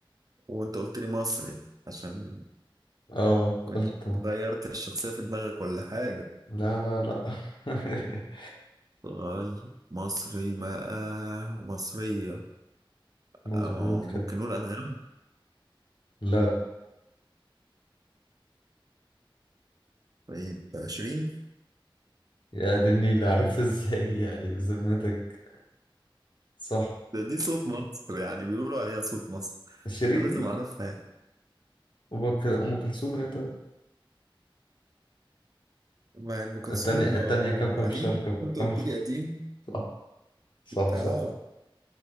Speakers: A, on the right; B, on the left.
A: وانت قلت لي مصري عشان
B: اه
A: كنت
B: قلت أهو.
A: غيرت الشخصية في دماغك ولا حاجة
B: لا لا لا <laughs>
A: غاي مصري بقى ومصرية
B: مظبوط
A: أو
B: كده
A: ممكن نقول أنغام
B: لا
A: طيب شيرين
B: يا دي اللي عرفت ازاي <laughs> يعني بذمتك صح
A: ده دي صوت مصر يعني بيقولوا عليها صوت مصر
B: شيرين
A: فلازم
B: دي
A: أعرفها يعني
B: وأم كل- أم كلثوم ايه طيب
A: ما أم كلثوم
B: التانية التانية
A: آه،
B: كوكب
A: قديم
B: الشرق بقى
A: كنت
B: <laughs>
A: قلت لي قديم
B: آه، صح
A: انت اه
B: صح صح